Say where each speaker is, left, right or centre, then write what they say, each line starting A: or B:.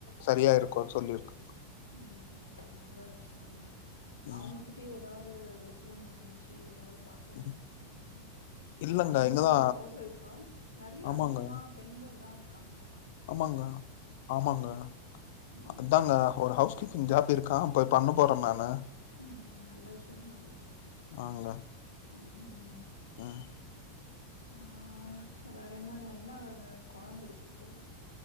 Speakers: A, on the left; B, on the left.
A: சரியா இருக்குன் சொல்லிருக்க
B: ம் நல்ல விஷ்யெங்க
A: ம்
B: அவுங்ககிட்ட எதா து ரெஸ்யும் அம்ச்சு எதாவ் பாக்க வேண்டியதானெங்க
A: ம். இல்லங்க
B: அவுங்கல்லா
A: இங்கதா
B: ஹவுஸ்‌ ஒய்ஃபா நெறைய
A: ஆமாங்க
B: அதிகமா பெண்கள் தா இரு க்காங்க
A: ஆமாங்க ஆமாங்க
B: ம்
A: அதாங்க ஒரு ஹவுஸ் இந்த ஆப் இருக்கா அப்ப பண்ண போற நானு
B: ம் நல்ல விஷ்யொந்தாங்க
A: ஆங்க
B: ம் ம்
A: ம்
B: ஆ வேற என்னங்க என்ன கொழம்புருக்கு இப்போ